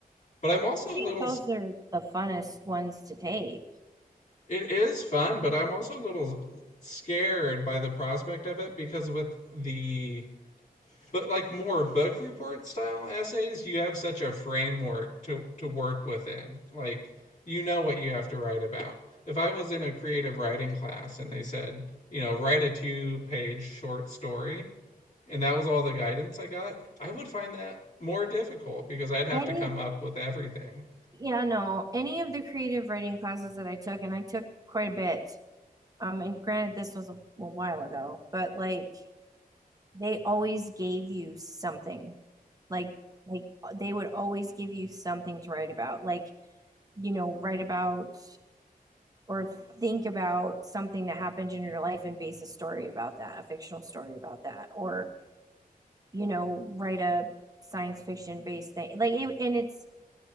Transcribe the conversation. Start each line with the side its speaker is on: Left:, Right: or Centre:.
Left: But I'm also
Right: I think
Left: a little
Right: those are the funnest ones to take.
Left: It is fun, but I'm also a little scared by the prospect of it because with the but like more book report style essays, you have such a framework to to work within. Like you know what you have to write about. If I was in a creative writing class and they said, you know, write a two-page short story, and that was all the guidance I got, I would find that more difficult because I'd have
Right: Any,
Left: to come up with everything.
Right: yeah, no, any of the creative writing classes that I took, and I took quite a bit. Um, and granted, this was a, a while ago, but like they always gave you something. Like, like they would always give you something to write about. Like, you know, write about or think about something that happened in your life and base a story about that, a fictional story about that, or you know, write a science fiction based thing. Like, it, and it's